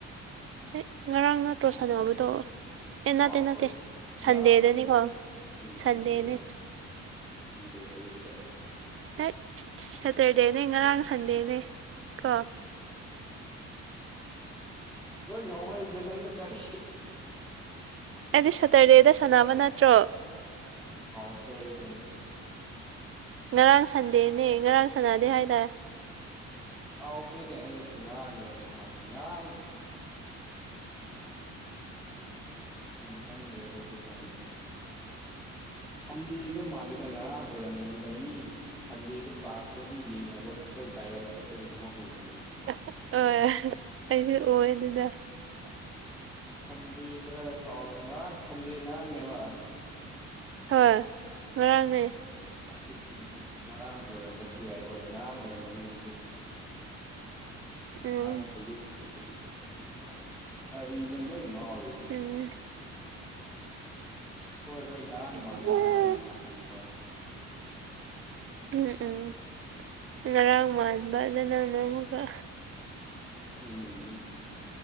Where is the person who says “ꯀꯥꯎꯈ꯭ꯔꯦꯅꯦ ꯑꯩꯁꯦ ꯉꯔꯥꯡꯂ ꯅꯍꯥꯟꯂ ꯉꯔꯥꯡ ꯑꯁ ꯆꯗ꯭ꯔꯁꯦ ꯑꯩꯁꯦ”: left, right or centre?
Centre